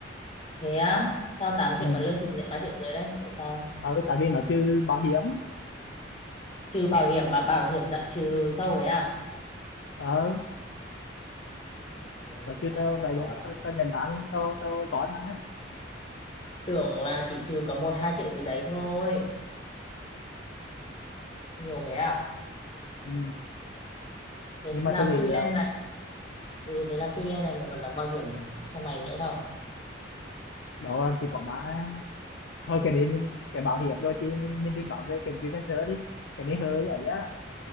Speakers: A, on the left; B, on the left.
A: Thế á, sao 8 triệu
B: ừ.
A: mà lương thực nhận 3 triệu rưỡi đấy? Tại sao?
B: ờ, tại vì nó chưa bảo hiểm
A: Trừ bảo hiểm mà bảo hiểm dạng trừ sâu ấy à?
B: ờ
A: Ôi,
B: nó chưa
A: dã
B: tao
A: man
B: vậy
A: quá.
B: luôn á. tao tao nhận đã luôn tao tao có mà
A: Tưởng là chỉ trừ có một hai triệu gì đấy thôi. Nhiều thế à?
B: ừ.
A: Thế
B: nhưng mà
A: làm
B: tao nghĩ
A: freelance
B: ờ,
A: này ừ thế làm freelance này mày còn đóng bảo hiểm cho mày nữa không
B: đó là chỉ có ba thôi cái đấy mình cái bảo hiểm đôi chứ mình, mình đừng nói về cái freelancer đi cái này hơi ấy á